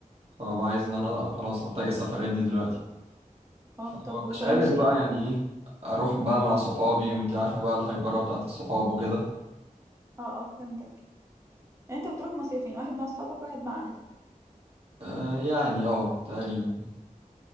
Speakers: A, on the right; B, on the right.
A: فببقى عايز ان انا خلاص محتاج السفرية دي دلوقتي
B: اه
A: فمش
B: طب وشرم
A: بالظبط قادر
B: الشيخ
A: بقى يعني ايه اروح بقى مع صحابي وانت عارفة بقى الهايبرة بتاعت الصحاب وكده
B: اه اه فهمتك يعني انت بتروح مصيفين واحد مع اصحابك واحد مع اهلك
A: آه يعني اه تقريبا